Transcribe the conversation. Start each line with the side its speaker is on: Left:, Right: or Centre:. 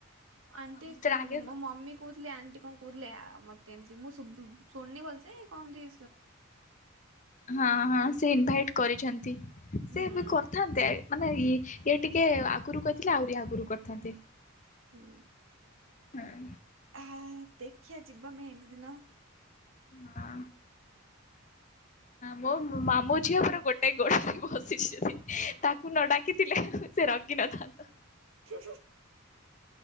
Right: ଆଣ୍ଟି
Left: ଯେତେବେଳେ ଆଗେ
Right: ମୋ ମମି କହୁଥିଲେ ଆଣ୍ଟି କଣ କହୁ ଥିଲେ ମତେ ଏମତି ମୁଁ ଶୁ-ଶୁଣନି ଭଲସେ କଣ ଏମତି
Left: ହଁ ହଁ ସେ ଇନଭାଇଟ
Right: ତ
Left: କରିଛନ୍ତି।
Right: ହୁଁ
Left: ସେ ବି କରିଥାନ୍ତେ ମାନେ ଇଏ ଇଏ ଟିକେ ଆଗରୁ କହିଥିଲେ ଆହୁରି ଆଗରୁ କରିଥାନ୍ତେ।
Right: ହୁଁ।
Left: ହଁ।
Right: ହଁ ଦେଖିଆ ଯିବା ମେହେନ୍ଦି ଦିନ।
Left: ହଁ। ମୋ ମାମୁଁ ଝିଅ ପୁରା ଗୋଟାଏ ଗୋଡ ଧରି ବସିଛନ୍ତି ତାକୁ ନ ଡାକିଥିଲେ ସେ ରଖି ନଥାନ୍ତା।
Right: ଆ